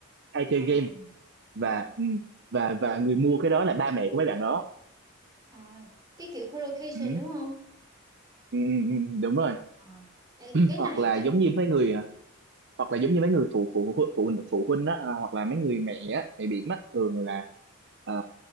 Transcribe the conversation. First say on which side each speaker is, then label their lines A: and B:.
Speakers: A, on the right (about 50°); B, on the right (about 15°).
A: hay chơi
B: ờ,
A: game và
B: ờ,
A: ừ, và và người mua cái đó là ba mẹ của mấy bạn đó
B: ờ. Cái kiểu collocation
A: ừ,
B: đúng không?
A: ừ, ừ, ừ, đúng rồi
B: Ờ, ê, cái
A: hoặc
B: này
A: là
B: chắc
A: giống như mấy người hoặc là giống như mấy người phụ phụ phụ phụ, phụ huynh á à, hoặc là mấy người mẹ á mẹ bị á thường là ờ,